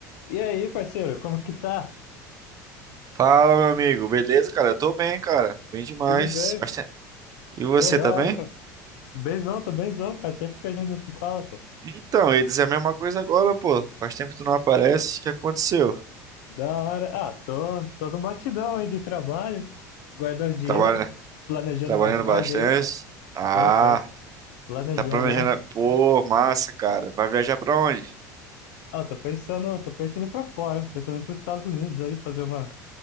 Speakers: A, on the left; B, on the right.
A: E aí, parceiro, como que tá?
B: Fala, meu amigo. Beleza, cara? Eu tô bem, cara. Bem demais.
A: Tudo bem?
B: Faz tempo. E você
A: Pô, da
B: tá
A: hora,
B: bem?
A: pô. Benzão, tô benzão. Faz tempo que a gente não se fala, pô.
B: Então, eu ia dizer a mesma coisa agora, pô. Faz tempo que tu não aparece. O que aconteceu?
A: Da hora. Ah, tô, tô no batidão aí de trabalho, guardando dinheiro,
B: Trabalha...
A: planejando
B: Trabalhando
A: uma viagem
B: bastante.
A: aí.
B: Ah,
A: Tô, tô. Planejando,
B: tá planejando.
A: né?
B: Pô, massa, cara. Vai viajar pra onde?
A: Ah, tô pensando, tô pensando em ir pra fora, pensando em ir pros Estados Unidos aí, fazer uma,